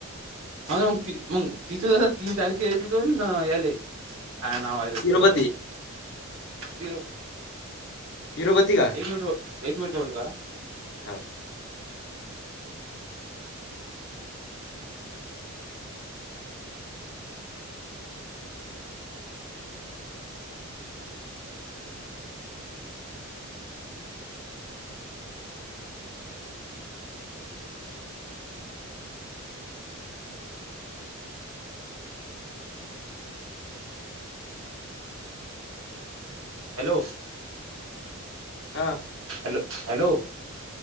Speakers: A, on the right; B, on the left.
A: हो ना मग त मग तिथून तीन तारखेला, तिथून याले काय नाव आहे त्याच?
B: तिरुपती.
A: ह रग <unintelligible>
B: तिरुपती का?
A: एक मिनीट हो, एक मिनीट होल्ड करा.
B: हो.
A: हॅलो?
B: आं?
A: हॅलो? हॅलो?